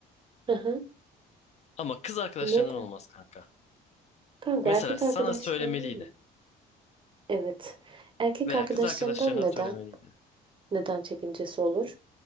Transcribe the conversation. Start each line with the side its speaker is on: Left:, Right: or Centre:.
Right: Hı hı.
Left: Ama kız arkadaşlarından
Right: Neden?
Left: olmaz kanka.
Right: Kanka
Left: Mesela
Right: erkek
Left: sana
Right: arkadaşlarından
Left: söylemeliydi
Right: mı? Evet. Erkek
Left: veya
Right: arkadaşlarından
Left: kız arkadaşlarına
Right: neden?
Left: söylemeliydi.
Right: Neden çekincesi olur?